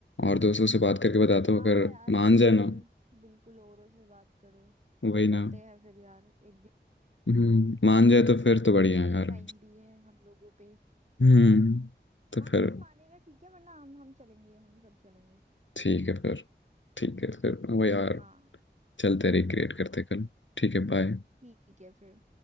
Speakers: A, on the left; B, on the right.
A: और दोस्तों से बात करके बताता
B: हाँ
A: हूँ अगर
B: यार
A: मान
B: बिल्कुल
A: जाए ना
B: बिल्कुल औरों से बात करो
A: वही ना
B: चलते हैं फिर यार एक दिन
A: हम्म मान जाए तो फिर तो बढ़िया है
B: अभी
A: यार
B: टाइम भी है हम लोगों पे
A: हम्म तो
B: हाँ
A: फिर
B: कोई मानेगा ठीक है वरना हम हम चलेंगे हम सब चलेंगे
A: ठीक है फिर ठीक है फिर वही यार
B: हाँ
A: चलते रिक्रिएट करते कल ठीक है बाय
B: ठीक है फिर